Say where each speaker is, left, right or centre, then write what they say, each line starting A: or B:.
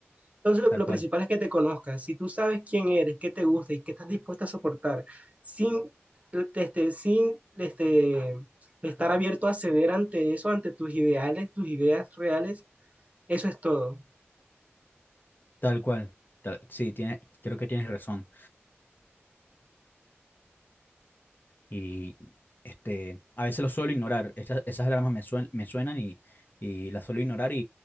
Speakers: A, on the right; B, on the left.
A: Entonces, lo,
B: tal
A: lo
B: cual,
A: principal es que te conozcas. Si tú sabes quién eres, qué te gusta y qué estás dispuesta a soportar, sin, este, sin este, estar abierto a ceder ante eso, ante tus ideales, tus ideas reales, eso es todo.
B: tal cual. tal- sí, tiene, creo que tienes razón. y este, a veces lo suelo ignorar. esas esas alarmas me, suen- me suenan y, y las suelo ignorar y,